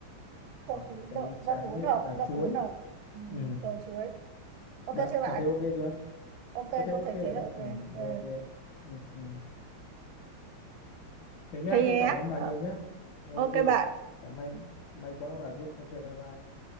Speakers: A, on the right (about 75°); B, on the left (about 65°).
A: rau
B: và
A: củ
B: cái
A: lợn rau
B: tráng
A: củ hỗn
B: miệng
A: hợp
B: là
A: rau
B: chuối
A: củ hỗn hợp ừ.
B: ừ.
A: rồi chuối ok
B: bạn
A: chưa bạn
B: bạn thấy ok chưa
A: ok
B: có thấy
A: có
B: ok
A: thể
B: rồi
A: thấy là
B: đấy
A: ok
B: ừ,
A: ừ.
B: ok ừ, ừ. thế nhá
A: thế nhé
B: tôi cảm ơn bà
A: Ờ,
B: nhiều nhá ok
A: ok bạn
B: và may may quá bà giúp ok bye bye